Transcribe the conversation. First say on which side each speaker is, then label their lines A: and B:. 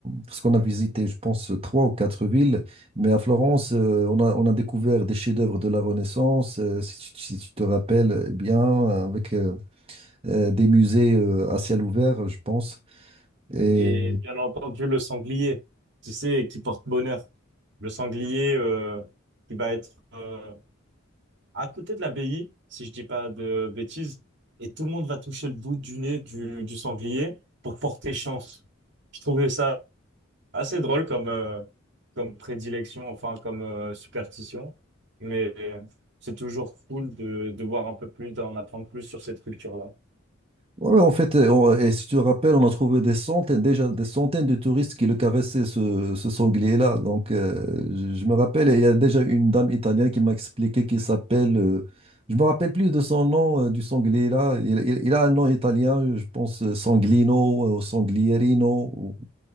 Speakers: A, on the right; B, on the right.
A: parce qu'on a visité, je pense, trois ou quatre villes, mais à Florence, euh, on a, on a découvert des chefs-d'œuvre de la Renaissance, euh, si tu, si tu te rappelles eh bien, avec euh, euh, des musées euh, à ciel ouvert, je pense. Et
B: Et
A: euh,
B: bien entendu, le sanglier, tu sais, qui porte bonheur. Le sanglier, euh, qui va être, euh, à côté de l'abbaye, si je dis pas de bêtises, et tout le monde va toucher le bout du nez du, du sanglier pour porter chance. Je trouvais ça assez drôle comme, euh, comme prédilection, enfin comme euh, superstition, mais c'est toujours cool de, de voir un peu plus, d'en apprendre plus sur cette culture-là.
A: Ouais, ouais, en fait, euh, on- et si tu te rappelles, on a trouvé des centaines, déjà des centaines de touristes qui le caressaient, ce, ce sanglier-là. Donc, euh, je, je me rappelle, et il y a déjà une dame italienne qui m'a expliqué qu'il s'appelle, euh, je me rappelle plus de son nom, euh, du sanglier-là. Il, il- il a un nom italien, je pense euh, Sanglino euh, ou Sanglierino ou